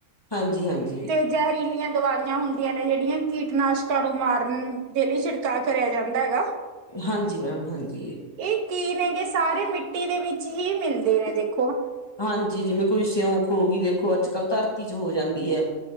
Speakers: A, on the left (about 15°); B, on the right (about 80°).
A: ਹਾਂਜੀ-ਹਾਂਜੀ।
B: ਤੇ ਜ਼ਹਿਰੀਲੀਆਂ ਦਵਾਈਆਂ ਹੁੰਦੀਆਂ ਨੇ ਜਿਹੜੀਆਂ ਕੀਟਨਾਸ਼ਕਾਂ ਨੂੰ ਮਾਰਨ ਦੇ ਲਈ ਛਿਡ- ਕਾ ਕਰਿਆ ਜਾਂਦਾ ਹੈਗਾ।
A: ਹਾਂਜੀ ਮੈਮ ਹਾਂਜੀ।
B: ਇਹ ਕੀ ਨੇਗੇ ਸਾਰੇ ਮਿੱਟੀ ਦੇ ਵਿੱਚ ਹੀ ਮਿਲਦੇ ਨੇ ਦੇਖ
A: ਹਾਂਜੀ ਜਿਵੇਂ ਕੋਈ ਸਿਉਂਖ ਹੋ ਗਈ ਦੇਖੋ ਅੱਜ ਕੱਲ੍ਹ ਧਰਤੀ ਚ ਹੋ ਜਾਂਦੀ ਹੈ।